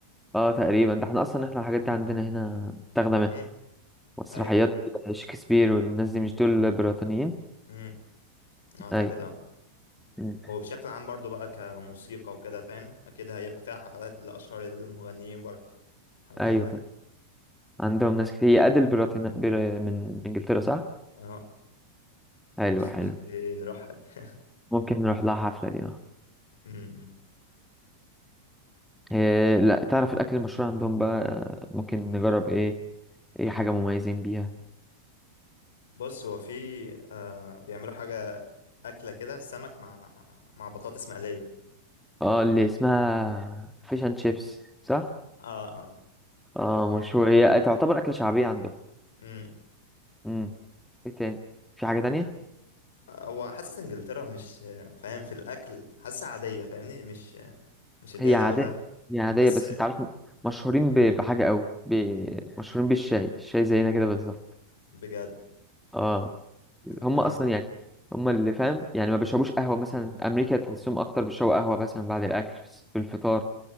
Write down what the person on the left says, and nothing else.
امم
اي
امم اعتقد
اه
وبشكل عام برضو بقى كموسيقى وكده فاهم اكيد هيبقى فيها حفلات لاشهر المغنيين برضو حوالين
العالم
اه
<laughs>
دي نروحها دي
امم <laughs>
بص هو في آه بيعملوا حاجة أكلة كده سمك مع مع بطاطس مقلية
اه اه
دي-
امم
هو حاسس انجلترا مش فاهم في الاكل حاسسها عادية فاهمني مش مش اللي
هي
دولة
بس
بجد
اه